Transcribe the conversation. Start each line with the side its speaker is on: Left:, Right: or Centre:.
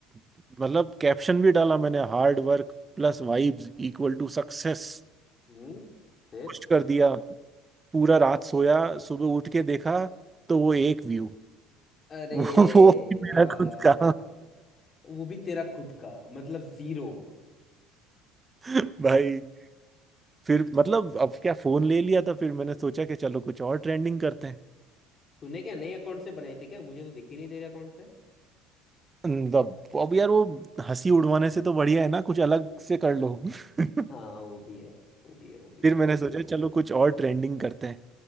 Right: मतलब कैप्शन भी डाला मैंने hard work plus vibes equal to success
Left: हम्म फिर
Right: Post कर दिया पूरा रात सोया सुबह उठ के देखा तो वो एक व्यू <laughs>
Left: अरे
Right: वो वो भी
Left: यार
Right: मेरा खुद का
Left: वो भी तेरा खुद का मतलब जीरो
Right: <laughs> भाई फिर मतलब अब क्या फोन ले लिया था फिर मैंने सोचा कि चलो कुछ और ट्रेंडिंग करते हैं
Left: तूने क्या नए अकाउंट से बनाए थे क्या मुझे तो दिख ही नहीं तेरे अकाउंट पे
Right: अब अब यार वो हंसी उड़वाने से तो बढ़िया है ना कुछ अलग से कर लो <laughs>
Left: हाँ वो भी है वो भी है वो भी
Right: फिर
Left: है
Right: मैंने सोचा चलो कुछ और ट्रेंडिंग करते हैं